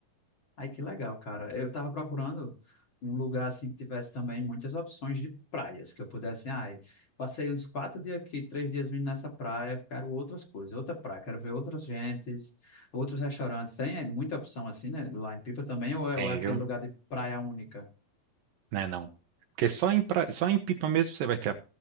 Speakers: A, on the left; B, on the right.
A: Ai, que legal, cara. Eu tava procurando um lugar assim que tivesse também muitas opções de praias, que eu pudesse, ai, passei uns quatro dias aqui, três dias vindo nessa praia, quero outras coisas, outra praia, quero ver outras gentes, outros restaurantes. Tem é, muita opção assim, né? Lá em Pipa também, ou é,
B: Tem,
A: ou é aquele
B: viu?
A: lugar de praia única?
B: Né, não. Porque só em, pra- só em Pipa mesmo você vai ter a